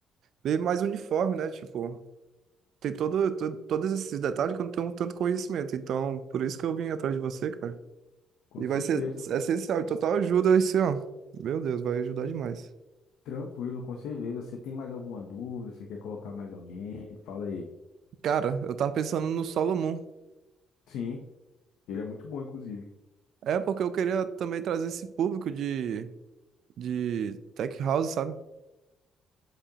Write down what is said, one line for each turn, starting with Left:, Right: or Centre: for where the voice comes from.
Right: bem mais uniforme, né? Tipo. Tem todo, to- todos esses detalhes que eu não tenho tanto conhecimento. Então, por isso que eu vim atrás de você, cara.
Left: Com
Right: E
Left: certeza.
Right: vai ser essencial, total ajuda esse, ó. Meu Deus, vai ajudar demais.
Left: Tranquilo, com certeza. Você tem mais alguma dúvida? Você quer colocar mais alguém? Fala aí.
Right: Cara, eu tava pensando no Solo Moon.
Left: Sim, ele é muito bom, inclusive.
Right: É porque eu queria também trazer esse público de, de tech house, sabe?